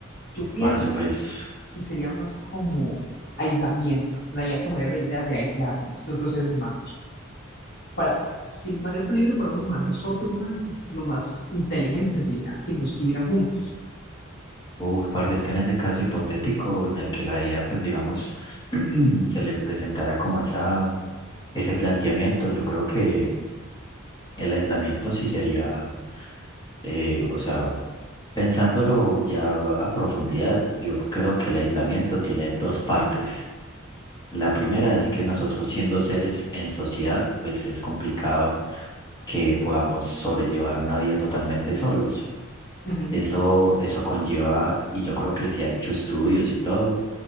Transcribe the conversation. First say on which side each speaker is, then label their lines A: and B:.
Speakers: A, on the left; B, on the left.
A: Yo pienso
B: Parce, pues,
A: que sería más como aislamiento. La IA tomaría la idea de aislarnos de otros seres humanos. Para, si el mayor peligro para un humano es otro humano, lo más inteligente sería que no estuvieran juntos.
B: uf, parce, es que en ese caso hipotético en el que la IA, pues digamos, <clears throat> se le presentara como esa, ese planteamiento, yo creo que el aislamiento sí sería, eh, o sea, pensándolo ya a profundidad, yo creo que el aislamiento tiene dos partes. La primera es que nosotros siendo seres en sociedad, pues es complicado que podamos sobrellevar una vida totalmente solos.
A: Ujú,
B: Eso, eso conlleva, y yo creo que se ha hecho estudios y todo,